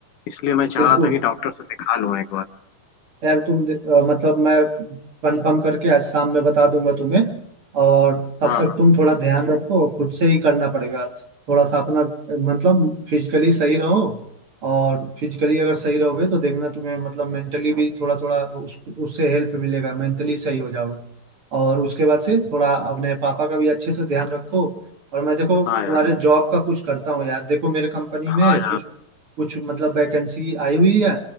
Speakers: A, on the left (about 70°); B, on the right (about 40°).
A: इसलिए मैं चाह
B: बिल्कुल
A: रहा था कि डॉक्टर से दिखा लूं एक बार
B: यार तुम दे- अ, मतलब मैं कंफर्म करके आज शाम में बता दूंगा तुम्हें और तब
A: हाँ
B: तक तुम थोड़ा ध्यान रखो खुद से ही करना पड़ेगा थोड़ा सा अपना अ, मतलब फिजिकली सही रहो और फिजिकली अगर सही रहोगे तो देखना तुम्हें मतलब मेंटली भी थोड़ा थोड़ा उस उससे हेल्प मिलेगा मेंटली सही हो जाओगे और उसके बाद से थोड़ा अपने पापा का भी अच्छे से ध्यान रखो और मैं देखो
A: हाँ
B: तुम्हारे
A: यार
B: जॉब का कुछ करता हूँ यार देखो मेरे कंपनी
A: हाँ
B: में
A: यार
B: कुछ कुछ मतलब वैकेंसी आई हुई है